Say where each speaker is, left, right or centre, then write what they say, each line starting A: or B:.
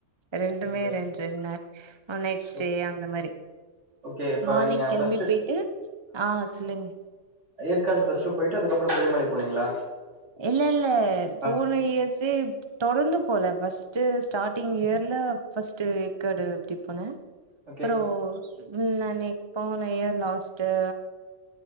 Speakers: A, on the right (about 25°); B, on the right (about 70°).
A: ரெண்டுமே
B: டூ டேஸ்.
A: ரெண்டுரெண்டு நாள் நைட்
B: சூப்பர்.
A: ஸ்டே அந்த மாரி
B: ஓகே இப்ப
A: மார்னிங்
B: நீங்க
A: கேளம்பி
B: ஃபர்ஸ்ட்
A: போயிட்டு ஆ சொல்லுங்
B: ஏற்காடு ஃபர்ஸ்ட் போயிட்டு அதுக்கப்றோ கொள்ளிமலை போனீங்களா
A: இல்ல இல்ல போன
B: ஆ
A: இயர்சே தொடர்ந்து போல ஃபர்ஸ்ட் ஸ்டார்டிங் இயர்ல பஃபர்ஸ்ட் ஏற்காடு அப்டி போனே
B: ஓகே
A: அப்றோ நானே போனே இயர் லாஸ்ட்டு